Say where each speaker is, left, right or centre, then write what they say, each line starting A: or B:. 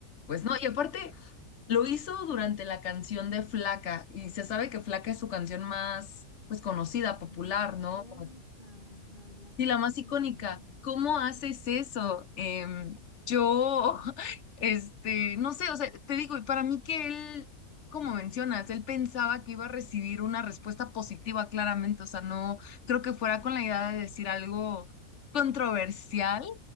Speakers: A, on the left; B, on the left.
A: pues no, y aparte lo hizo durante la canción de Flaca y se sabe que Flaca es su canción más, pues, conocida, popular,
B: más icónica,
A: ¿no? Como,
B: o sea, la can-
A: sí, la
B: es
A: más
B: canción
A: icónica.
B: linda.
A: ¿Cómo haces eso? Em, yo, <laughs> este, no sé, o sea, te digo, y para mí que él, como mencionas, él pensaba que iba a recibir una respuesta positiva claramente, o sea, no creo que fuera con la idea de decir algo controversial